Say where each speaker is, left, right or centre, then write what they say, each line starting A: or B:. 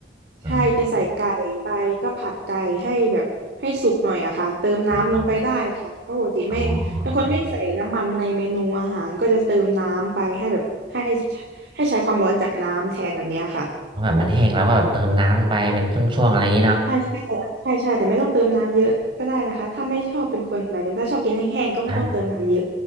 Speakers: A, on the right; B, on the right.
A: อ่า
B: ใช่จะใส่ไก่ไปก็ผัดไก่ให้แบบให้สุกหน่อยอะค่ะเติมน้ำลงไปได้ค่ะเพราะปกติไม่เป็นคนไม่ใส่น้ำมันในเมนูอาหารก็จะเติมน้ำไปให้แบบให้
A: อ๋อ อ๋อเออ
B: ให้ใช้ความร้อนจากน้ำแทนแบบเนี้ยค่ะ
A: เพราะแบบมันแห้งแล้วก็แบบเติมน้ำลงไปเป็นช่วงๆอะไรอย่างนี้เนาะ
B: ใช่ใช่ใช่ใช่แต่ไม่ต้องเติมน้ำเยอะก็ได้นะคะถ้าไม่ชอบเป็นคนหมายถึงถ้าชอบกินแห้งๆก็ไม่ต้องเติมน้ำเยอะ
A: อ่า